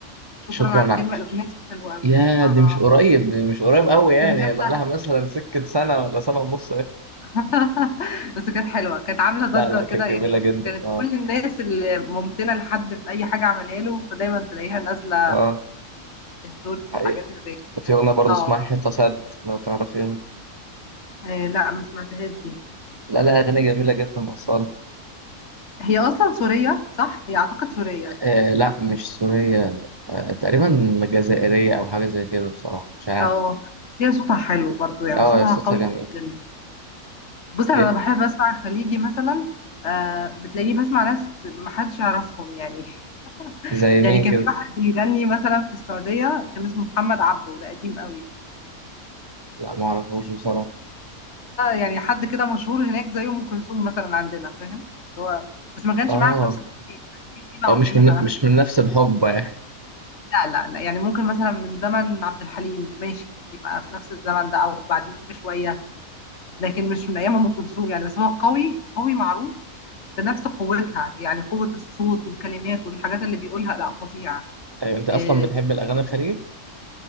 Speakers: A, on the left; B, on the right.
A: شكرا
B: شكرا
A: عن كلمه
B: على
A: الاغنيه دي حلوه قوي
B: يا
A: اه
B: دي مش قريب دي مش قريب قوي
A: ده
B: يعني
A: من امتى
B: بقى لها مثلا سكة سنة ولا سنة ونص إيه.
A: <laughs> بس كانت حلوه كانت عامله ضجه
B: لا لا
A: كده
B: كانت جميلة
A: يعني
B: جدا
A: كانت
B: اه
A: كل الناس اللي ممتنه لحد في اي حاجه عملها له فدايما تلاقيها نازله
B: اه
A: ستوريز
B: دي حقيقة
A: حاجات اللي زي كده
B: في أغنية برضه
A: اه
B: اسمها حيطة سد لو تعرفيها
A: آه، لا ما سمعتهاش دي
B: لا لا أغنية جميلة جدا أصالة
A: هي اصلا سوريه صح هي اعتقد سوريه
B: آه لا مش سورية آه تقريبا جزائرية أو حاجة زي كده بصراحة مش عارف
A: اه بس هي صوتها حلو برضو يعني
B: اه
A: صوتها
B: صوتها
A: قوي
B: جميل
A: جدا بص انا
B: جدا
A: بحب اسمع خليجي مثلا آه بتلاقيني بسمع ناس ما حدش يعرفهم يعني <laughs>
B: زي
A: يعني
B: مين
A: كان
B: كده
A: في واحد بيغني مثلا في السعوديه كان اسمه محمد عبده ده قديم قوي
B: لا معرفوش بصراحة
A: يعني حد كده مشهور هناك زي ام كلثوم مثلا عندنا فاهم هو بس ما كانش
B: اه
A: معاها في نفس التوقيت بيجي بعديها
B: اه مش من
A: مثلا
B: مش من نفس الحقبة يعني
A: لا لا لا يعني ممكن مثلا من زمن عبد الحليم ماشي يبقى في نفس الزمن ده او بعدين بشويه لكن مش من ايام ام كلثوم يعني بس هو قوي قوي معروف بنفس قوتها يعني قوه الصوت والكلمات والحاجات اللي بيقولها لا فظيعه
B: أيوة أنت أصلا
A: آه،
B: بتحب الأغاني الخليجي؟